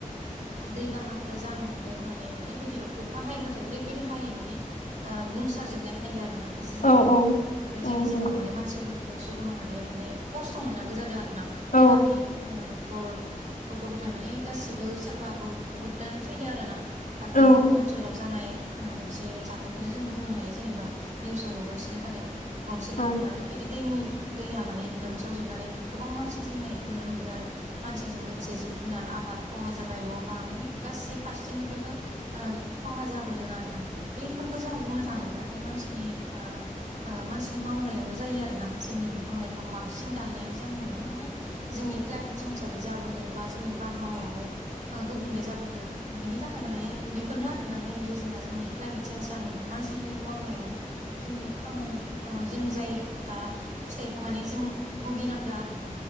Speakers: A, on the right (about 60°); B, on the left (about 75°).
A: दैबानाफोरा जानो हमदों माने ओरैबायदियाव अखा हायोबाथाय ओरैबायदि हायो माने ओ बुंसार जोबनाय हायो आरोना खायसे जायगायाव
B: औ
A: ओमफ्राय जायनि
B: औ
A: जाहोनाव
B: नंगौ
A: माने मानसिफो सुबुं माहारिया माने खस्थ' मोननांगौ जादों आरो ना
B: औ
A: गामि न'खर गथ' गथाय माने गासिबो सोरबाथ' बहुदानो थैदो आरो ना। दाख्लै
B: औ
A: अरुणाचलाव जानाय मोनसे जाथायखौनो जोंङो बुंनो हायो जेनेबा। निउसाव नुगासिनो थादों गंसे
B: औ
A: गामिया ओरैबायदि दैनि दैया माने लोमसाव जोबनानै गोबां मानसि थैनायखौ नुनो मोन्दों आरो मानसिजों लोग गोसे जिब जुनार आबाद खहा जाब जाय न' बां माने गासै फारसेनिफ्रायबो ओ खहा जाबोदों आरो ना बैफोरखौ जोङो बुंनो थाङोब्लाथाय मानसिनि ओ ओ मानसिनि मावनायावनो जायो आरो ना। जोंनि बिफां-लाइफां बांसिन दनायनि जाहोनावनो मान जोंनि क्लइमेट सेन्साबो जाबोदों बा जोंनि बारहावायाबो गुबुंले जाबोदों बिनि थाखायनो माने बेफोरनो आरोना मेन रिजोना जोंनि क्लायमेट चेन्ज जानायनि मानसिनि मावनायावनो जोंनि खामानि ओ जों जाय दा फिथाइखौ माने जों भुगिनांदों आरो ना।